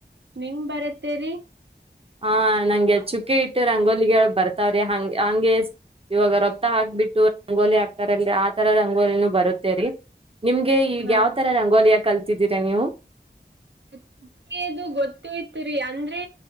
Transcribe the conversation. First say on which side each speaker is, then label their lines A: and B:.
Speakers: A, on the right; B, on the right.
A: ನಿಂಗ ಬರತ್ತೇರಿೀ.
B: ಹ ನಂಗೆ ಚುಕ್ಕೆ ಇಟ್ಟು ರಂಗೋಲಿಗಳು ಬರ್ತಾವ್ರಿ ಹಂಗ ಹಂಗೆ. ಇವಾಗ ರೊತ್ತ ಹಾಕ್ಬಿಟ್ಟು ರಂಗೋಲಿ ಹಾಕ್ಕರಲ್ಲಿ ಆ ತರದ ರಂಗೋಲಿನೂ ಬರುತ್ತೇರಿ ನಿಮ್ಗೆ ಈಗ
A: ಹಾ.
B: ಯಾವ್ ತರ ರಂಗೋಲಿಯ ಕಲ್ತಿದ್ದೀರಾ ನೀವು
A: ಹ <unintelligible> ನಮ್ಗೆ ಅದು ಗೊತ್ತ ಇತ್ ರಿ ಅಂದ್ರೆ